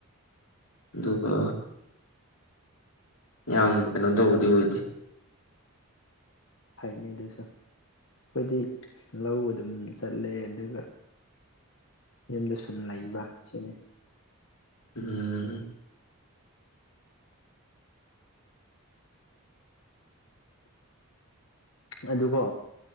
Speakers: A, on the left; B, on the left.
A: ꯑꯗꯨꯒ ꯌꯥꯝ ꯀꯩꯅꯣ ꯇꯧꯕꯗꯤ ꯑꯣꯏꯗꯦ
B: ꯐꯩꯅꯦ ꯑꯗꯨꯁꯨ ꯑꯈꯣꯏꯗꯤ ꯂꯧ ꯑꯗꯨꯝ ꯆꯠꯂꯦ ꯑꯗꯨꯒ ꯌꯨꯝꯗ ꯁꯨꯝ ꯂꯩꯕ ꯁꯤꯅꯤ
A: ꯎꯝ
B: ꯑꯗꯨꯀꯣ